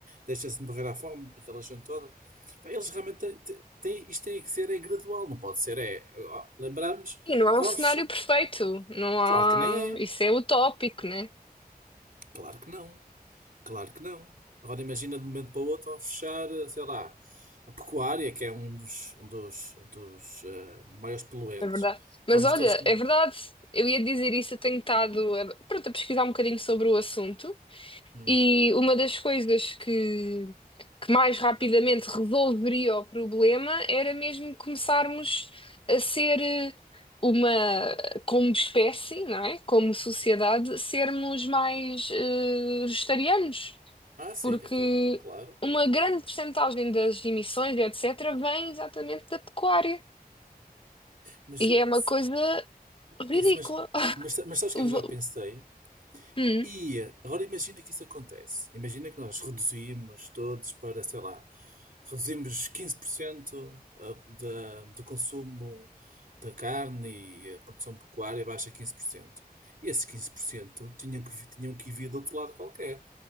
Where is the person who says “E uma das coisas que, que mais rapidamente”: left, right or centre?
Left